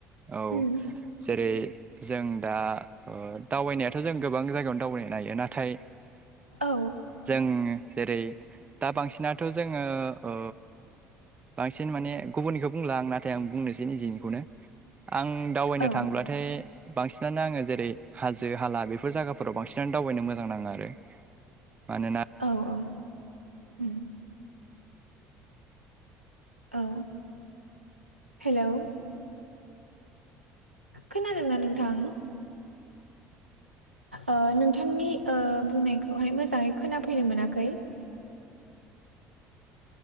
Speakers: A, on the right; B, on the right.
A: औ
B: उम
A: जेरै जों दा। ओ दावबायनायाथ' जों गोबां जायगायावनो दावबायनो हायो नाथाय
B: औ
A: जों जेरै दा बांसिनाथ' जोङो ओ बांसिन माने गुबुननिखौ बुंला आंना नाथाय आं बुंनोसै निजिनिखौनो आं दावबायनो
B: औ
A: थांब्लाथाय बांसिनानो आङो जेरै हाजो हाला बेफोर जायगाफोराव बांसिनानो दावबायनो मोजां नाङा आरो मानोना
B: औ औ उम। औ हेलौ। खोनादों ना नोंथां? ओ नोंथांनि ओ बुंनायखौहाय मोजाङै खोनाफैनो मोनाखै।